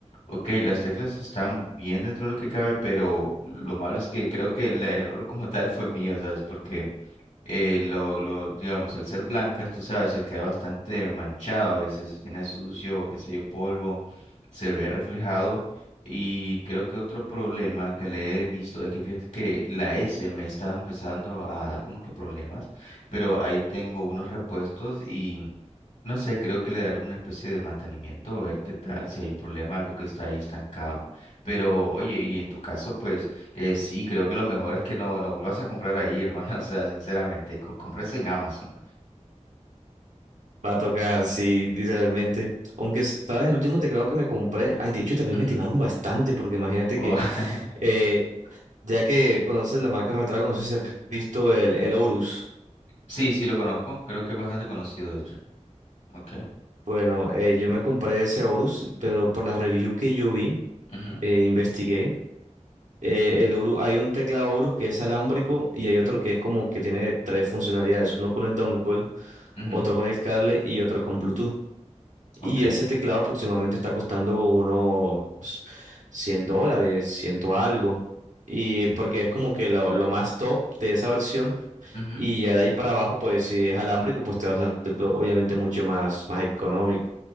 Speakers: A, on the left; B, on the right.
A: ok, las teclas están bien dentro de lo que cabe, pero lo malo es que creo que el error como tal fue mío, ¿sabes? Porque eh, lo, lo, digamos, al ser blancas, tú sabes, se queda bastante manchado a veces, si tiene sucio o qué sé yo, polvo, se ve reflejado. Y creo que otro problema que le he visto es que fíjate que la S me está empezando a dar como que problemas, pero ahí tengo unos repuestos no sé, creo que le daré una especie de mantenimiento, a ver qué tal, si hay un problema, algo que está ahí estancado. Pero, oye, y en tu caso, pues eh, sí, creo que lo mejor es que no, no vuelvas a comprar ahí, hermano. <laughs> O sea, sinceramente, co- compres en Amazon.
B: Va a tocar, sí, literalmente. Aunque, ¿sabes? El último teclado que me compré, ay, de hecho también
A: Ujú.
B: me timaron bastante, porque imagínate
A: O-
B: que...
A: <laughs>
B: eh, Ya que conoces la marca Retrago, no sé si has visto el, el Horus.
A: sí, sí, lo conozco. Creo que es bastante conocido, de hecho. Ok.
B: Bueno, eh, yo me compré ese Horus, pero por la review que yo vi,
A: Ujú,
B: eh, investigué. eh,
A: ujú,
B: el Horus, hay un teclado Horus que es alámbrico y hay otro que es como que tiene tres funcionalidades: uno con el dongle,
A: ujú.
B: otro con el cable y otro con Bluetooth.
A: Ok,
B: Y ese teclado aproximadamente está costando unos 100 dólares, ciento algo. Y
A: ok.
B: porque es como que lo, lo más top de esa versión
A: Ujú.
B: Y ya de ahí para abajo, pues si es alámbrico, pues te va a salir cl- obviamente mucho más, más económico.